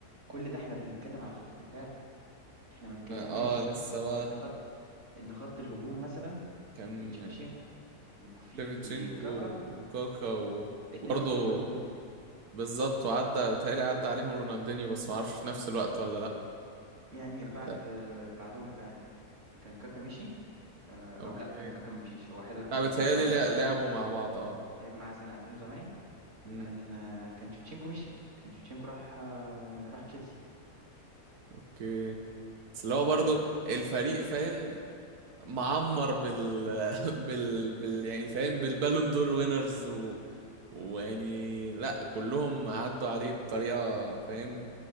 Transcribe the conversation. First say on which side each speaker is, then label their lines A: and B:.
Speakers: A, on the right; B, on the right.
A: كل ده احنا بنتكلم على خط الدفاع احنا ما اتكلمناش
B: اه آه، لسه بقى
A: ان خط ان خط الهجوم مثلا
B: كان
A: في تشيفتشينكو وفي
B: شيفتشينكو
A: كاكا
B: وكاكا وبرضه
A: اتنين واخدين بالون دور
B: بالظبط وعدى بيتهيألي عدى عليهم رونالدينيو بس معرفش في نفس الوقت ولا لا
A: يعني بعد
B: آه،
A: بعدهم يعني كان كاكا مشي آه، او
B: اوكي
A: لا كان كاكا ما مشيش هو حضر
B: لا
A: حضر
B: بيتهيألي
A: لعب معاهم
B: لا-
A: سنه
B: لعبوا مع بعض اه
A: لعب معاه سنه 2008 وكان
B: امم
A: آه، كان تشيفتشينكو مشي كان تشيفتشينكو راح آه، راح تشيلسي
B: اوكي بس اللي هو برضه
A: لا، ت-
B: الفريق فاهم معمر بال <laughs> بال, بال... يعني فاهم بالبالون دور وينرز و... ويعني لا كلهم عدوا عليه بطريقة فاهم